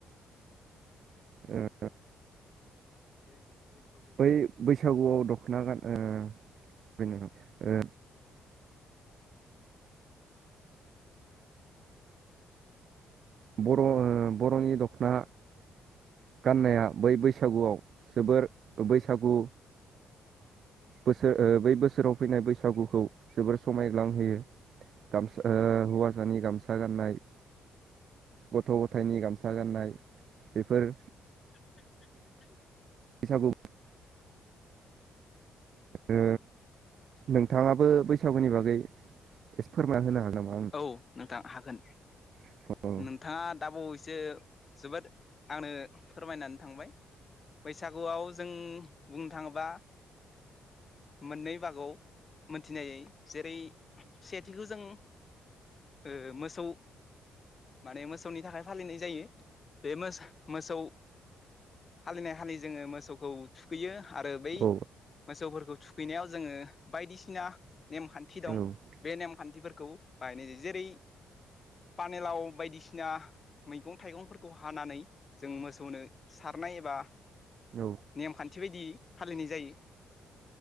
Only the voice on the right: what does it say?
ओ
बै बैसागुआव दखना गान ओ ओ बर'ओ बर'नि दखना गाननाया बै बैसागुआव जोबोर बैसागु बोसोर ओ बै बोसोराव फैनाय बैसागुखौ जोबोर समायग्लांहोयो। गामसा ओ हौवा सानि गामसा गाननाय गथ' गथायनि गामसा गाननाय बेफोर
बैसागु <unintelligible> ओ नोंथाङाबो बै सागुनि बागै फोरमान होनो हागोन नामा?
आंनो
औ
औ
औ